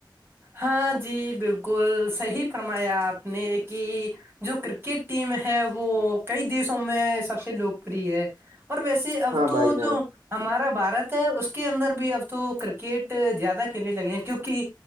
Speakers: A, on the right; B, on the right.
A: ہاں جی بالکل صحیح فرمایا آپ نے کہ جو کرکٹ ٹیم ہے وہ کئی دیشوں میں سب سے لوکپری ہے اور ویسے اب
B: ہاں
A: تو
B: بھائی جان
A: جو ہمارا بھارت ہے اس کے اندر بھی اب تو کرکٹ زیادہ کھیلنے لگے ہیں کیونکہ